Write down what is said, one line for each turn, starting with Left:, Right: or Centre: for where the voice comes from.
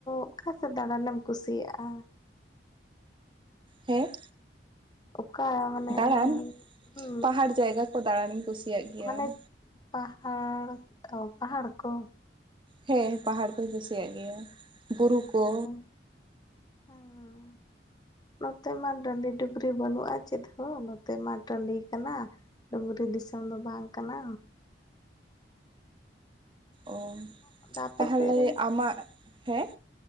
Left: ᱚᱠᱟ ᱥᱮᱫ ᱫᱟᱬᱟᱱᱮᱢ ᱠᱩᱥᱤᱭᱟᱜᱼᱟ
Right: ᱦᱮᱸ
Left: ᱚᱠᱟ ᱢᱟᱱᱮ
Right: ᱫᱟᱬᱟᱱ
Left: ᱦᱩ
Right: ᱯᱟᱦᱟᱲ ᱡᱟᱭᱜᱟ ᱠᱚ ᱫᱟᱬᱟᱱᱤᱧ ᱠᱩᱥᱤᱭᱟᱜ ᱜᱮᱭᱟ
Left: ᱢᱟᱱᱮ ᱯᱟᱦᱟᱲ ᱚ ᱯᱟᱦᱟᱲ ᱠᱚ
Right: ᱦᱮᱸ ᱯᱟᱦᱟᱲ ᱠᱩᱧ ᱠᱩᱥᱤᱭᱟᱜ ᱜᱮᱭᱟ ᱵᱩᱨᱩ ᱠᱚ
Left: ᱚ ᱦᱮᱸ ᱦᱩᱸ ᱦᱩᱸ ᱱᱚᱛᱮ ᱢᱟ ᱴᱟᱺᱰᱤ ᱰᱩᱝᱨᱤ ᱵᱟᱹᱱᱩᱜᱼᱟ ᱪᱮᱫ ᱦᱳ ᱱᱚᱛᱮ ᱢᱟ ᱴᱟᱺᱰᱤ ᱠᱟᱱᱟ ᱰᱩᱝᱨᱤ ᱫᱤᱥᱚᱢ ᱫᱚ ᱵᱟᱝ ᱠᱟᱱᱟ
Right: ᱚ
Left: ᱟᱫᱚ ᱟᱯᱮ
Right: ᱛᱟᱦᱚᱞᱮ
Left: ᱥᱮᱫ ᱨᱮ
Right: ᱟᱢᱟᱜ ᱦᱮᱸ